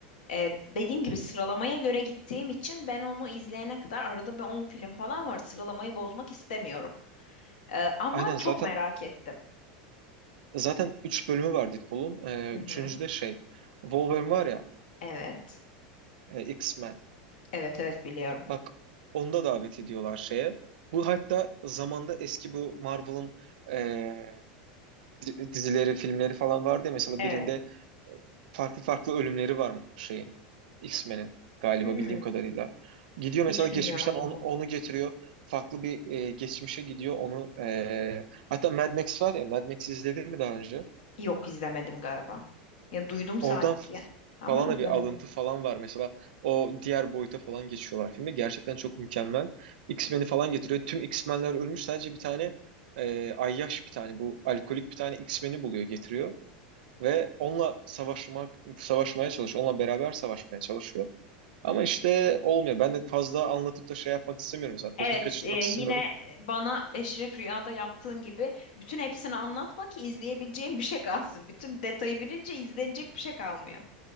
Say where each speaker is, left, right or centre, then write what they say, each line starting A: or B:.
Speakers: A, on the left; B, on the right.
A: E, dediğim gibi sıralamaya göre gittiğim için ben onu izleyene kadar arada bir 10 film falan var. Sıralamayı bozmak istemiyorum. E, ama
B: Aynen
A: çok
B: zaten
A: merak ettim.
B: Zaten 3 bölümü var Deadpool'un. Ee,
A: Hı hı.
B: üçüncü de şey. Wolverine var ya
A: Evet.
B: e, X-Men.
A: Evet evet biliyorum.
B: Bak onda davet ediyorlar şeye. Bu hatta zamanda eski bu Marvel'ın e, di- dizileri, filmleri falan vardı ya. Mesela
A: Evet.
B: birinde e, farklı farklı ölümleri var şeyin. X-Men'in galiba
A: Hmm,
B: bildiğim kadarıyla. Gidiyor
A: hiç
B: mesela geçmişten
A: bilmiyorum
B: onu,
A: onu.
B: onu getiriyor. Farklı bir e, geçmişe gidiyor onu. e, hatta Mad Max var ya. Mad Max'i izledin mi daha önce?
A: Yok izlemedim galiba. Ya duydum
B: Oradan
A: sanki
B: f-
A: ama
B: falan
A: izlemedim.
B: da bir alıntı falan var. Mesela o diğer boyuta falan geçiyorlar filmde. Gerçekten çok mükemmel. X-Men'i falan getiriyor. Tüm X-Men'ler ölmüş. Sadece bir tane e, ayyaş bir tane bu alkolik bir tane X-Men'i buluyor getiriyor. Ve onunla savaşmak, savaşmaya çalışıyor. Onunla beraber savaşmaya çalışıyor. Ama işte olmuyor. Ben de fazla anlatıp da şey yapmak istemiyorum. Mesela tadını
A: Evet
B: kaçırtmak
A: e, yine
B: istemiyorum.
A: e, bana Eşref Rüya'da yaptığın gibi bütün hepsini anlatma ki izleyebileceğim bir şey kalsın. Bütün detayı bilince izlenecek bir şey kalmıyor.